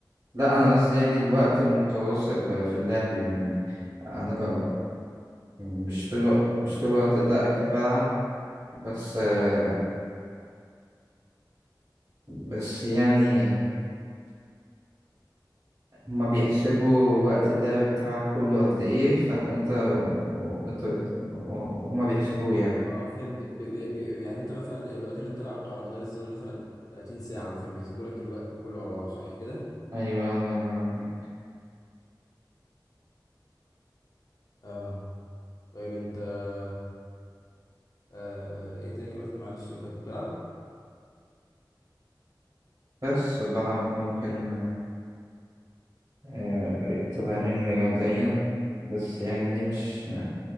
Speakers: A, on the right; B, on the left.
A: لأ أنا قصدي يعني الوقت المتواصل في اللعب يعني أنا ب... مش طول مش طول الوقت ده أكيد بلعب بس آه، بس يعني هما بيحسبوا وقت اللعب بتاعك كله قد ايه ف... وانت وانت بت... وهما بيحسبوه يعني
B: اه فهمتك بي بي بي يعني انت مثلا الوقت اللي انت لعبته على مدار السنة مثلا 30 ساعة مثلا بيحسبوا لك الوقت كله على بعضه صح كده
A: ايوه الله ينور عليك
B: اه طيب انت آه آه، ايه تاني قلت معلش كنت بتلعب
A: بس بلعب ممكن آه، ر- تمارين رياضية بس يعني دي مش